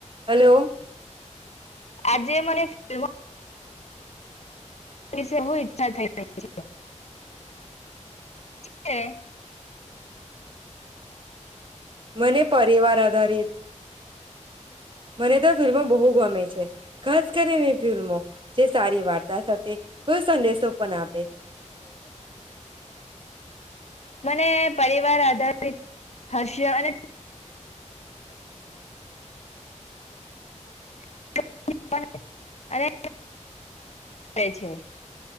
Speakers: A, on the right; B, on the left.
A: Hello.
B: આજે મને film. વિુ ઈચ્છા થઈ રહી છે <unintelligible>
A: મને પરિવાર આધારિત. મને તો ફિલ્મો બહુ ગમે છે, ખાસ કરીને ફિલ્મો જે સારી વા. સાથે કોઈ સંદેશો પણ આપ.
B: મને પરિવાર આધારિત. હર્ષિયા અને. <inaudible> <inaudible> અનેે <inaudible> છે.